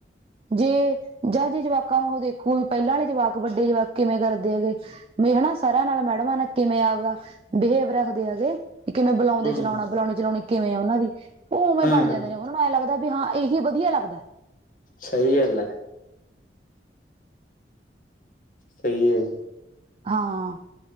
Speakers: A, on the right; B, on the left.
A: ਜੇ ਜਾਂ ਜੇ ਜਵਾਕਾਂ ਨੂੰ ਉਹ ਦੇਖ। ਕੋਈ ਪਹਿਲਾਂ ਵਾਲੇ ਜਵਾਕ ਵੱਡੇ ਜਵਾਕ ਕਿਵੇਂ ਕਰਦੇ ਹੈਗੇ। ਹਨਾ ਸਰਾਰਿਆਂ ਨਾਲ ਮੈਡਮ ਆ ਕਿਵੇਂ ਆਪਦਾ ਬਿਹੇਵ ਰਾ। ਦੇ ਆਗੇ ਵੀ, ਕਿਵੇਂ ਬੁਲਾਉਂਦੇ
B: ਹੂੰ
A: ਚਲਾਉਣਾ ਬੁਲਾਉਣੀ ਚਲਾਉਣੀ ਕਿਵੇਂ ਆ ਉਹਨਾਂ ਦੀ, ਉਹ ਉਵੇਂ
B: ਹਾਂ
A: ਬਣ
B: ਹਾਂ
A: ਜਾਂਦੇ ਨੇ। ਉਹ ਨੂੰ ਐਂ ਲੱਗਦਾ ਵੀ ਹਾਂ ਇਹੀ ਵਧੀਆ ਲੱਗਦਾ ਹੈ।
B: ਸਹੀ ਅਲ। ਸਹੀ ਹੈ।
A: ਹਾਂ